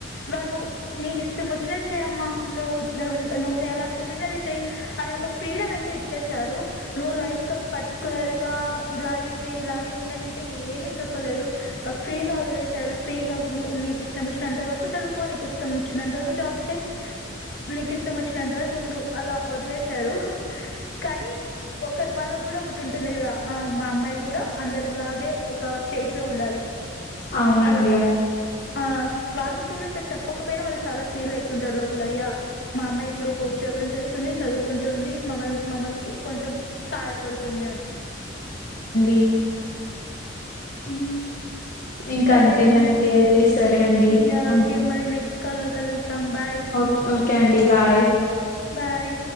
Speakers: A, on the left (about 60°); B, on the left (about 45°).
A: వాళ్ళు నీక్ ఇష్టం వచ్ నది చెయమ్మా నువ్వు నువ్ న్ డ్ నువ్ చేయాలనుకుంటున్నది చేయి అనే ఓ ఒక ఫ్రీడమ్ అయితే ఇచ్చేశారు నువ్వు లైఫ్ క పట్ కులర్ గా ఇలాగే చేయి ఇలాగే ఉండనియితే ఏమీ చెప్పలేదు ఫ్రీగా వదిలేశారు ఫ్రీగా నువ్ మీ నీక్ ఇష్టం మోచ్ చినంత వరకు చదుకో నీకు ఇష్టమోచినంత వరకు జాబ్ చేయి నీక్ ఇష్టంమోచ్ నంత వరకుండు అలా వదిలేసారు కానీ ఒక వాళ్ళక్ కూడా ఒకటి ఉంటుంది కదా ఆ మా అమ్మాయి కూడా అందరిలాగే ఒక స్టేజ్ లో ఉండాలి
B: అవునండి.
A: అలా
B: అవును.
A: ఆ వాళ్ళు ఫీల్ అవుతారు చెప్పకపోయినా వాళ్ళు చాలా ఫీల్ అవుతుంటారు లోపల అయ్యా మా అమ్మాయి ఇప్పుడు ఒక ఉద్యోగం చేస్తుంది చదువుకుంటుంది మమ్మల్ మమ్మల్కి కొంచెం సహాయపడుతుంది అని
B: ఇ
A: ఉమ్
B: ఇంక
A: సరే
B: అంతేనండి.
A: అండి
B: అయితే సరే అండి.
A: Yeah
B: hmm.
A: ఓకే మరి నెక్స్ట్ కాల్ లో కలుస్తాం బాయ్
B: ఓకే. ఓకే అండి బాయ్
A: బాయ్